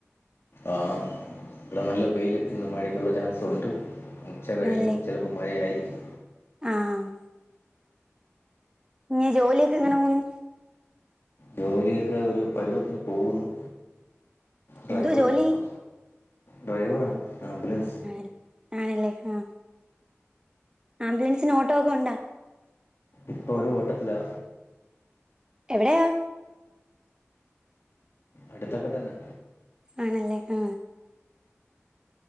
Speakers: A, on the left; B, on the right.
A: ആഹ് ഇവ്ടെ നല്ല വെയ്ൽ ഇന്ന് മഴയ്ക്കൊള്ള ചാൻസൊണ്ട് ഇന്ന് ഉച്ചകഴിയുമ്പം
B: ആണല്ലേ
A: ചെലപ്പം മഴയായിരിക്കും.
B: ആഹ് ഞ്ഞി ജോലിയൊക്കെ എങ്ങനെ പോന്നു?
A: ജോലിയൊക്കെ ഒരു പരുവത്തിന് പോകുന്നു. ഡ്രൈവറാണ്
B: എന്തുവാ ജോലി
A: ഡ്രൈവറാണ് ആംബുലൻസ്
B: ആര് ആണ്ല്ലേ ഹാ ആംബുലൻസിന് ഓട്ടോ ഒക്കെ ഒണ്ടോ?
A: ഇപ്പ ഒര് ഓട്ടത്തിലാ
B: എവിടെയാ?
A: അട്ത്തൊക്കെ തന്നാ
B: ആണല്ലേ ആ